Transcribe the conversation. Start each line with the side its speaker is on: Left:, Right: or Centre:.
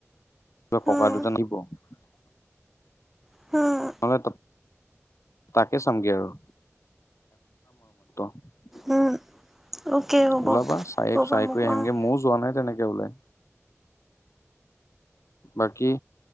Left: ককাই।
Centre: উম,
Left: <unintelligible>
Centre: <unintelligible>
Left: নহলে তা-তাকে চামগে আৰু। <unintelligible>
Centre: উম, অ'কে হ'ব
Left: ওলাবা চাই
Centre: ক'বা
Left: চাই
Centre: মোক
Left: কৰি আহিমগে,
Centre: অ',
Left: মইও যোৱা নাই তেনেকে ওলাই। বাকী,